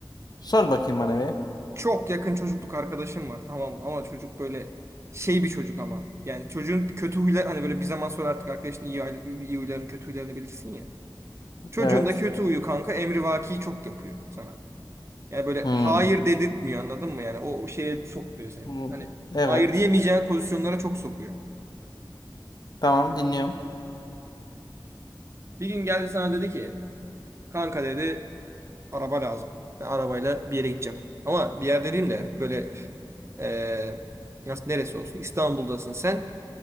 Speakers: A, on the left; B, on the right.
A: Sor bakayım bana bir.
B: Çok yakın çocukluk arkadaşım var tamam mı? ama çocuk böyle şey bir çocuk ama. Yani çocuğun kötü huylar hani böyle bir zaman sonra artık arkadaşın iyi, iyi huylarını kötü huylarını bilirsin ya. Çocuğun
A: Evet.
B: da kötü huyu kanka emrivaki çok yapıyor sana. Yani böyle
A: Hmm.
B: hayır dedirtmiyor anladın mı yani o o şeye sokmuyor seni.
A: Hmm,
B: Hani
A: Evet.
B: hayır diyemeyeceğin pozisyonlara çok sokuyor.
A: Tamam dinliyorum.
B: Bir gün geldi sana dedi ki kanka dedi araba lazım. Ben arabayla bir yere gideceğim. Ama bir yer dediğim de böyle eee, nasıl neresi olsun İstanbul'dasın sen.